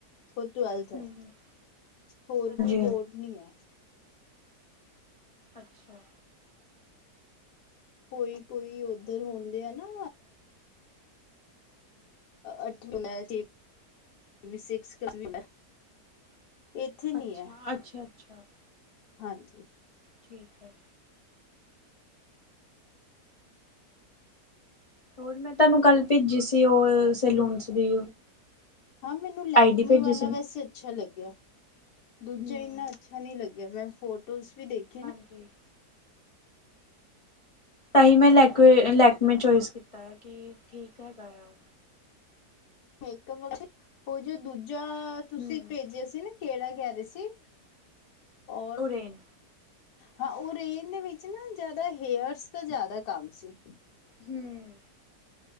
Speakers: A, on the left; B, on the left.
A: ਹੋਰ ਟਵੈਲਥ ਹੈ
B: ਹਾਂਜੀ
A: ਹੋਰ ਕੋਈ
B: ਹਾਂਜੀ
A: ਬੋਰਡ ਨੀ ਹੈ।
B: ਅੱਛਾ
A: ਕੋਈ-ਕੋਈ ਉੱਧਰ ਹੁੰਦੇ ਆ ਨਾ ਅਠ ਹੋਨਾ ਜੀ ਵੀ ਸਿਕਸ ਕ ਨਾ ਇੱਥੇ
B: ਅੱਛਾ
A: ਨੀ ਐ।
B: ਅੱਛਾ ਅੱਛਾ
A: ਹਾਂਜੀ
B: ਠੀਕ ਹੈ। ਹੋਰ ਮੈਂ ਤੁਹਾਨੂੰ ਕੱਲ ਭੇਜੀ ਸੀ ਓ ਸੈਲੂਨ 'ਚ ਦੀ
A: ਹਾਂ ਮੈਨੂੰ ਲੈਕਮੇ
B: ਆਈ ਡੀ ਭੇਜੀ
A: ਵਾਲਾ
B: ਸੀ ਨਾ।
A: ਵੈਸੇ ਅੱਛਾ ਲੱਗਿਆ। ਦੂਜਾ
B: ਹੂੰ।
A: ਇੰਨਾ ਅੱਛਾ ਨੀ ਲੱਗਿਆ ਮੈਂ ਫੋਟੋਜ਼ ਵੀ ਦੇਖ
B: ਹਾਂਜੀ ਤਾਂ ਹੀ ਮੈਂ ਲੈਕੇ ਲੈਕਮੇ ਚੋਇਸ ਕੀਤੀ। ਤਾ ਹੈ ਕਿ ਠੀਕ ਹੈਗਾ ਆ ਓ
A: ਮੇਕ ਵਿਚ ਓ ਜੋ ਦੂਜਾ ਤੁਸੀਂ
B: ਹੂੰ
A: ਭੇਜਿਆ ਸੀ ਨਾ ਕੇੜਾ ਕਹਿ ਰਏ ਸੀ ਔਰ
B: ਓਰੇਨ
A: ਹਾਂ ਓ ਰੇਨ ਦੇ ਵਿੱਚ ਨਾ ਜਾਦਾ ਹੇਅਰਸ ਦਾ ਜਾਦਾ ਕੰਮ ਸੀ।
B: ਹੂੰ